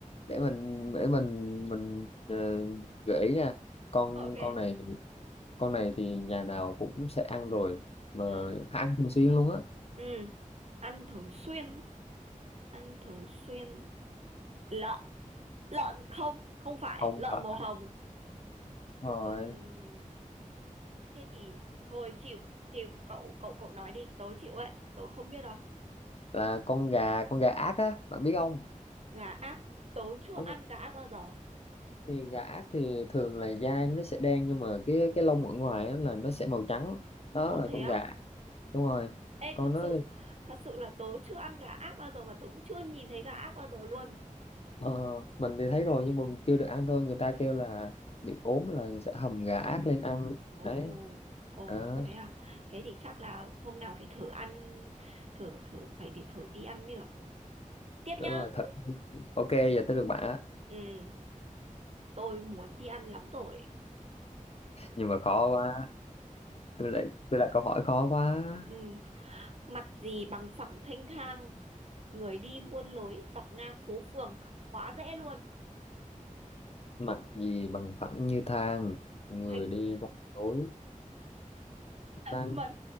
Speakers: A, on the left; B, on the right.
A: để mình để mình mình ờ, gợi ý nè con
B: Ok.
A: con này con này thì nhà nào cũng sẽ ăn rồi mà
B: Ừ.
A: ăn thường xuyên luôn á
B: Ừ, ăn thường xuyên, á, ăn thường xuyên lợn, lợn không, không phải
A: không
B: lợn
A: phải
B: màu hồng.
A: rồi
B: Ừm, thế thì thôi chịu chịu cậu cậu cậu nói đi tớ chịu ấy tớ không biết đâu
A: là con gà con gà ác á bạn biết không
B: gà ác tớ chưa
A: đúng
B: ăn gà ác bao giờ
A: thì gà ác thì thường là da nó sẽ đen nhưng mà cái cái lông ở ngoài á là nó sẽ màu trắng đó
B: ô
A: là
B: thế
A: con
B: á
A: gà ác. đúng rồi
B: ê
A: con
B: thật
A: nó
B: sự thật sự là tớ chưa ăn gà ác bao giờ mà tớ cũng chưa nhìn thấy gà ác bao giờ luôn
A: ờ, mình thì thấy rồi nhưng mà mình chưa được ăn thôi người ta kêu là bị ốm là sẽ hầm gà ác lên ăn
B: ồ
A: đấy
B: ồ
A: đó
B: thế à thế thì chắc là hôm nào phải thử ăn thử thử phải để thử đi ăn mới được tiếp
A: đúng
B: nhá
A: rồi thật ok giờ tới được bạn á
B: ừ tôi muốn đi ăn lắm rồi
A: nhưng mà khó quá tôi lại tôi đặt câu hỏi khó quá
B: ừ mặt gì bằng phẳng thanh thang người đi muôn lối dọc ngang phố phường quá dễ luôn
A: mặt gì bằng phẳng như than người
B: thênh
A: đi qua tối tan
B: mặt